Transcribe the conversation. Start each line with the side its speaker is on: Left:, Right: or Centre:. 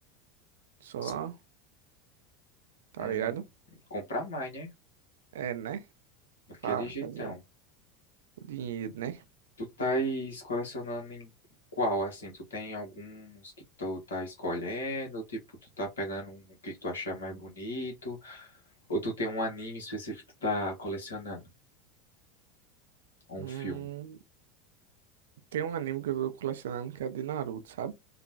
Right: Só,
Left: Sim.
Right: tá
Left: Hum,
Right: ligado?
Left: comprar mais, né?
Right: É, né?
Left: Daquele
Right: Fa
Left: jeitão.
Right: fazer o dinheiro, né?
Left: Tu tá colecionando em qual, assim? Tu tem alguns que tu tá escolhendo, tipo, tu tá pegando um que tu achar mais bonito, ou tu tem um anime específico que tu tá colecionando, ou um
Right: Hum,
Left: filme.
Right: tem um anime que eu tô colecionando que é de Naruto, sabe?